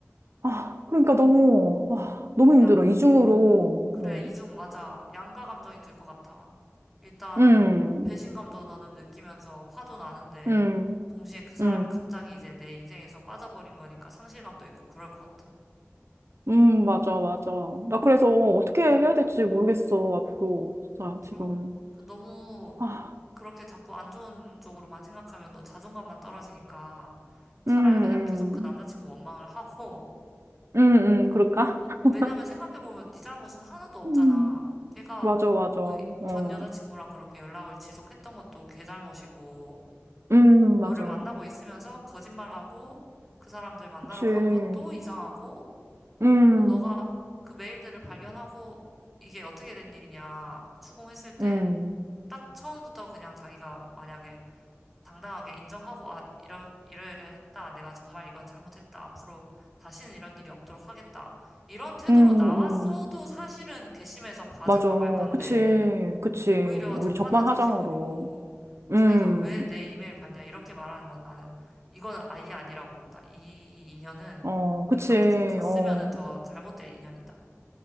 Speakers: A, on the right; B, in the centre.
A: 아, 그러니까 너무,
B: 응,
A: 아, 너무 힘들어.
B: 양,
A: 이중으로,
B: 그래,
A: 어.
B: 이중 맞아. 양가 감정이 들 것 같아. 일단,
A: 음,
B: 배신감도 너는 느끼면서 화도 나는데,
A: 음,
B: 동시에 그 사람이
A: 음,
B: 갑자기 이제 내 인생에서 빠져버린 거니까 상실감도 있고 그럴 것 같아.
A: 음, 맞아, 맞아. 나 그래서 어떻게
B: 어.
A: 해야 될지 모르겠어, 앞으로. 진짜,
B: 앞으로
A: 지금.
B: 그 너무
A: 아,
B: 그렇게 자꾸 안 좋은 쪽으로만 생각하면 너 자존감만 떨어지니까 차라리
A: 음,
B: 그냥 계속 그 남자친구
A: 음,
B: 원망을 하고
A: 음, 음, 그럴까?
B: <laughs> 어,
A: <laughs>
B: 왜냐면 생각해보면 네 잘못은 하나도 없잖아.
A: 음,
B: 걔가
A: 맞아, 맞아. 어,
B: 그 전 여자친구랑 그렇게 연락을 지속했던 것도 걔 잘못이고
A: 음, 맞아.
B: 너를 만나고 있으면서 거짓말하고 그 사람들 만나러
A: 그치.
B: 간
A: 음,
B: 것도 이상하고
A: 음,
B: 또 너가 그 메일들을 발견하고 이게 어떻게 된 일이냐 추궁했을 때
A: 음,
B: 딱 처음부터 그냥 자기가 만약에 당당하게 인정하고, 아, 이러, 이러이러 했다. 내가 정말 이건 잘못했다. 앞으로 다시는 이런 일이 없도록 하겠다. 이런 태도로
A: 음.
B: 나왔어도 사실은 괘씸해서 봐줄까
A: 맞아.
B: 말까인데,
A: 그치. 그치.
B: 오히려
A: 우리
B: 적반하장식으로
A: 적반하장으로. 음.
B: 자기가 왜 내 이메일 봤냐. 이렇게 말하는 건 나는, 이건 아예 아니라고 본다. 이 인연은
A: 어,
B: 오히려
A: 그치.
B: 계속 갔으면은
A: 어.
B: 더 잘못될 인연이다.